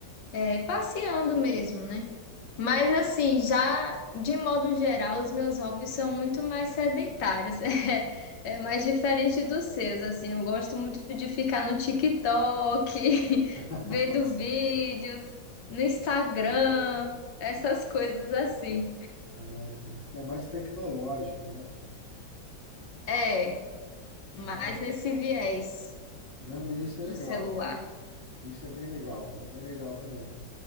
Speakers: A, on the left; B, on the left.
A: é, passeando mesmo, né? Mas assim, já de modo geral, os meus hobbies são muito mais sedentários, <laughs> é, é mais diferente dos seus, assim, eu gosto muito de ficar no TikTok, <laughs>
B: <laughs>
A: vendo
B: Tá certo.
A: vídeos, no Instagram, essas coisas assim.
B: Ah, Você é mais tecnológica, né?
A: É, mais
B: Né?
A: nesse viés,
B: Não, mas isso é legal.
A: o celular.
B: Isso é bem legal. É bem legal também.